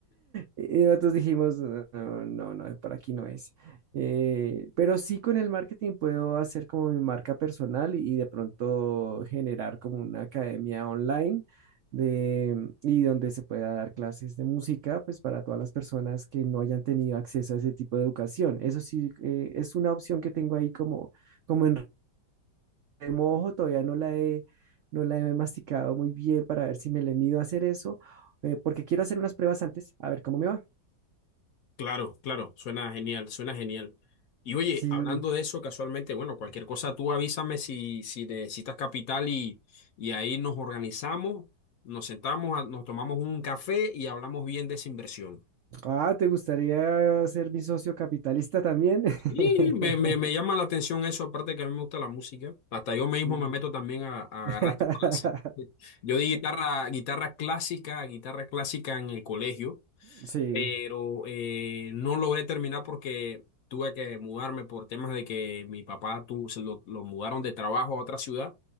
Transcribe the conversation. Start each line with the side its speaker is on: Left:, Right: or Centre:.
Right: Y nosotros dijimos, no, no, no, para aquí no es. Eh, pero sí con el marketing puedo hacer como mi marca personal y de pronto generar como una academia online de, y donde se pueda dar clases de música, pues para todas las personas que no hayan tenido acceso a ese tipo de educación. Eso sí, eh, es una opción que tengo ahí como, como en remojo, todavía no la he, no la he masticado muy bien para ver si me le mido a hacer eso, eh, porque quiero hacer unas pruebas antes, a ver cómo me va.
Left: Claro, claro, suena genial, suena genial. Y oye,
Right: Sí.
Left: hablando de eso, casualmente, bueno, cualquier cosa tú avísame si, si necesitas capital y, y ahí nos organizamos, nos sentamos, a- nos tomamos un café y hablamos bien de esa inversión.
Right: Ah, ¿te gustaría ser mi socio capitalista también? <laughs>
Left: Y me, me, me llama la atención eso, aparte que a mí me gusta la música. Hasta yo mismo
Right: Sí.
Left: me meto también a, a
Right: <laughs>
Left: agarrar clases. <laughs> Yo di guitarra, guitarra clásica, guitarra clásica en el colegio.
Right: Sí.
Left: pero eh, no logré terminar porque tuve que mudarme por temas de que mi papá tu- se lo, lo mudaron de trabajo a otra ciudad